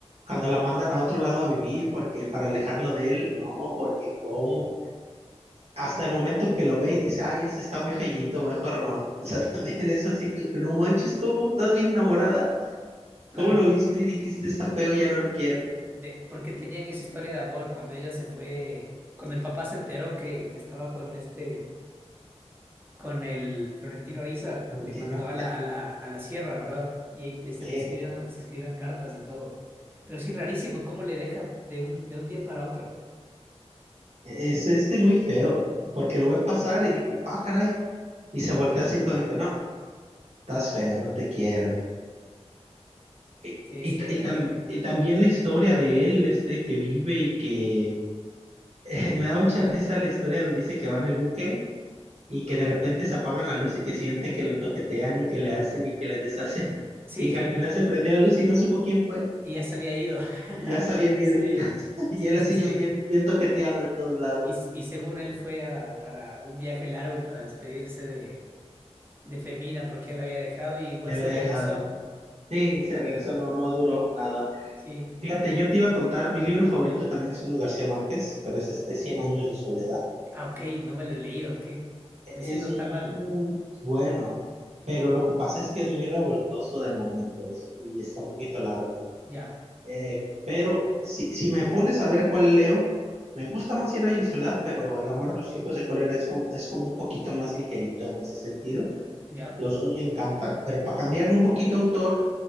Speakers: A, on the right; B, on the right.
A: Cuando la mandan a otro lado a vivir porque para alejarlo de él, no, porque cómo. Hasta el momento que lo ve y dice, ay, ese está muy fellito, mejor no. O sea, <laughs> también es así que no manches, ¿cómo? Estás bien enamorada.
B: Claro.
A: ¿Cómo lo viste y dijiste, está feo, ya no lo quiero?
B: De, porque tenían esa historia de amor cuando ella se fue. Cuando el papá se enteró que, que estaba con este. con el Florentino Ariza, le
A: Sí,
B: mandó
A: ¿no?
B: a la, a la, a la sierra, ¿verdad? Y ahí te están
A: <laughs>
B: escribiendo, se escribían cartas y todo. Pero sí, rarísimo, cómo le deja de un, de un día para otro.
A: Es este muy feo, porque lo ve pasar y dijo, ah, caray. Y se voltea así como que, no, estás feo, no te quiero. Y,
B: Sí,
A: y,
B: sí,
A: y
B: horrible.
A: tam- y
B: <laughs>
A: también la historia de él, este que vive y que <laughs> me da mucha risa la historia donde dice que va en el buque y que de repente se apagan la luz y que siente que lo toquetean y que le hacen y que le deshacen. <laughs>
B: Sí,
A: Y que al final se prendió la luz y no supo quién fue.
B: y ya se había ido. <laughs>
A: Ya se habían ido.
B: Sí,
A: <laughs> Y
B: sí,
A: él así
B: sí, sí.
A: ya bien, bien toqueteado de todos lados.
B: Y, s- y según él fue a- para un viaje largo para despedirse de, de Fermina porque ya la había dejado y igual
A: Ya
B: se
A: lo he
B: regresó.
A: dejado. Sí, se regresó, no, no duró nada.
B: Sí.
A: Fíjate, yo te iba a contar, mi libro favorito también es uno de García Márquez, pero es este Cien años de soledad.
B: Ah, ok, no me lo he leído. ¿Qué?
A: E-
B: Me
A: Es
B: siento tan mal.
A: muy bueno, pero lo que pasa es que es muy revoltoso de momentos y está un poquito largo.
B: Ya,
A: Eh, pero si, si me pones a ver cuál leo, me gusta más Cien años de soledad, pero El amor a los tiempos de cólera es como, es como un poquito más ligerito en ese sentido.
B: ya.
A: Los dos me encantan, pero para cambiarle un poquito autor,